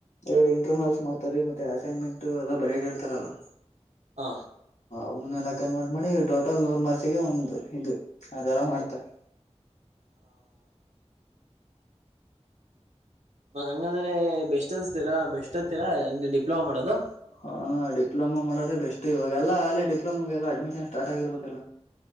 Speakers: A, on the left; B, on the right.
A: ಎರ್ಡ್ ಇಂಟರ್ನಲ್ಸ್ ಮಾಡ್ತಾರೆ ಮತ್ತೆ ಅಸೈನ್ಮೆಂಟ್ ಅವೆಲ್ಲ ಬರಿಯಾಕ್ ಹೇಳ್ತಾರಲ್ಲ.
B: ಹಾ.
A: ಇವುನೆಲ್ಲ ಕನ್ವರ್ಟ್ ಮಾಡಿ ಟೋಟಲ್ ನೂರ್ ಮರ್ಸಿಗೆ ಒಂದ್ ಇದು ಅತರ ಮಾಡ್ತಾರೆ.
B: ಹಾ ಹಾ ಹಾ. ಮತ್ ಹಂಗಂದ್ರೆ ಬೆಸ್ಟ್ ಅನ್ಸ್ತಿರ ಬೆಸ್ಟ್ ಅಂತೀರಾ ಇಂಗ್ ಡಿಪ್ಲೋಮೋ ಮಾಡದು.
A: ಹಾ ಡಿಪ್ಲೊಮೊ ಮಾಡದೆ ಬೆಸ್ಟು ಇವಾಗೆಲ್ಲಾ ಆಲೇ ಡಿಪ್ಲೊಮೊಗೆಲ್ಲಾ ಅಡ್ಮಿಷನ್ ಸ್ಟಾರ್ಟ್ ಆಗಿರ್ಬೇಕಲ್ಲ.